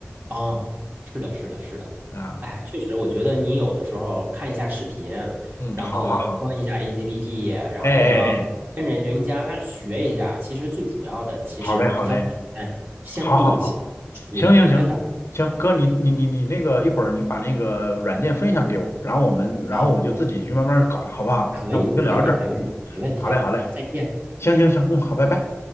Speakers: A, on the right; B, on the left.
A: 哦，是的，是的，是的，
B: 啊，
A: 哎，确实，我觉得你有的时候看一下视频，
B: 嗯，
A: 然后装一下
B: 好好好，
A: APP，G P P，然后呢，
B: 哎哎哎，
A: 跟着人家学一下，其实最主要的其实比较简单，
B: 好嘞好嘞，
A: 先动起来我真的。
B: 好好好。行行行行，
A: 啊
B: 哥，你你你你那个一会儿你把那个软件分享给我，然后我们然后我就自己去慢慢搞了，
A: 好，
B: 好不好？
A: 可以，
B: 那我们就聊到这儿，
A: 可以，没问题，
B: 嗯，
A: 没问题，
B: 好嘞好嘞，
A: 再见。
B: 行行行，嗯，好，拜拜。